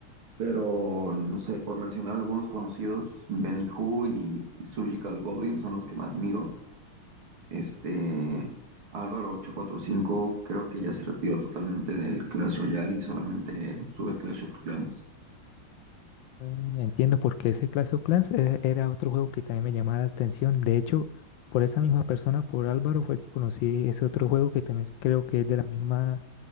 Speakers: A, on the right; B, on the left.
A: pero no sé, por mencionar algunos conocidos, Benny Who y, y Surgical Goblin son los que más miro. Este, Álvaro ochocientos cuarenta y cinco creo que ya se retiró totalmente del Clash Royale y solamente sube Clash of Clans.
B: Mm, Entiendo porque ese Clash of Clans eh, era otro juego que también me llamaba la atención. De hecho, por esa misma persona, por Álvaro, fue que conocí ese otro juego que también creo que es de la misma,